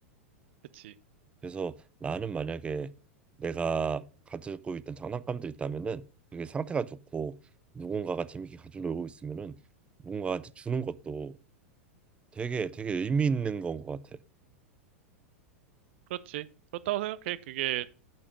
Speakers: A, on the right; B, on the right.
A: 그치?
B: 그래서 나는 만약에 내가 가지고 있던 장난감들 있다면은 그게 상태가 좋고 누군가가 재밌게 가지고 놀고 있으면은 누군가한테 주는 것도 되게 되게 의미 있는 건 것 같아.
A: 그렇지. 그렇다고 생각해. 그게